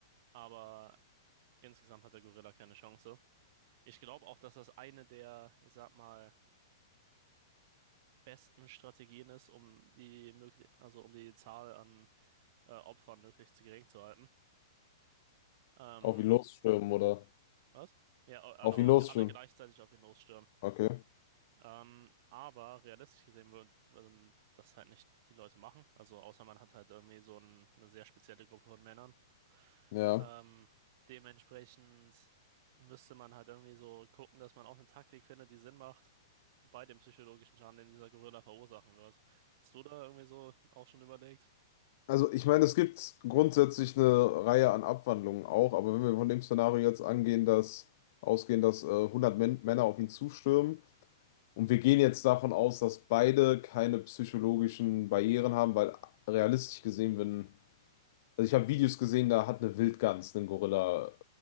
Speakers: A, on the right; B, on the left.
A: aber insgesamt hat der Gorilla keine Chance. Ich glaube auch, dass das eine der, ich sag mal, besten Strategien ist, um die möglich, also um die Zahl an äh, Opfern möglichst gering zu halten. Ähm,
B: Auf ihn losstürmen oder
A: was? Ja, alle,
B: auf ihn losstürmen.
A: alle gleichzeitig auf ihn losstürmen.
B: Okay.
A: Ähm, aber realistisch gesehen würd- würden das halt nicht die Leute machen. Also außer man hat halt irgendwie so ein, eine sehr spezielle Gruppe von Männern.
B: Ja.
A: Ähm, dementsprechend müsste man halt irgendwie so gucken, dass man auch eine Taktik findet, die Sinn macht bei dem psychologischen Schaden, den dieser Gorilla verursachen wird. Hast du da irgendwie so auch schon überlegt?
B: Also ich meine, es gibt grundsätzlich eine Reihe an Abwandlungen auch, aber wenn wir von dem Szenario jetzt angehen, dass ausgehen, dass äh, 100 Män Männer auf ihn zustürmen, Und wir gehen jetzt davon aus, dass beide keine psychologischen Barrieren haben, weil realistisch gesehen, wenn, also ich habe Videos gesehen, da hat eine Wildgans einen Gorilla